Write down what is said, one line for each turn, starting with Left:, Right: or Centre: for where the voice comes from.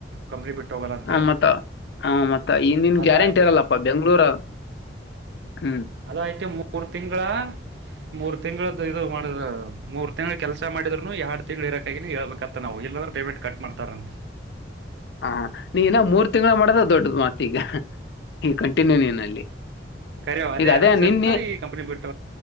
Right: ಕಂಪ್ನಿ ಬಿಟ್ಟು ಹೋಗಲ್ಲ ಅಂತೇಳಿ
Left: ಆ ಮತ್ತ ಹ ಮತ್ತ ಇನನ್
Right: ಅದು
Left: ಗ್ಯಾರಂಟಿ ಇರಲ್ಲಪ್ಪ ಬೆಂಗ್ಳೂರ ಹ್ಮ್
Right: ಅದಯಿಟ್ಟು ಮೂರು ತಿಂಂಗಗಳಾ ಮೂರ್ ತಿಂಗಳ್ದ ಇದು ಮಾಡ ಮೂರು ತಿಂಗಳು ಕೆಲಸ ಮಾಡಿದ್ನು ಎರಡ್ ತಿಂಗ್ಗಳು ಇರಕಾಗಿನ ಹೇಳ್ಬೇಕತ್ತ ನಾವು ಇಲ್ಲಾದ್ರ ಪೇಮೆಂಟ್ ಕಟ್ ಮಾಡ್ತಾರಂತೆ
Left: ಹ ನೀನ ಮೂರ್ ತಿಂಗಗಳ ಮಾಡಿದ ದೊಡ್ಡದ ಮತ್ತ ಈಗ ಈ ಕಂಟಿನ್ಯೂ ನೀನಲ್ಲಿ
Right: ಕರಿ ಅದೇಲ
Left: ಈಗ ಅದೇ
Right: ಒಂದು ಸ್ವಲ್ಪ
Left: ನಿನ್ನೆ
Right: ಈ ಕಂಪನಿ ಬಿಟ್ಟ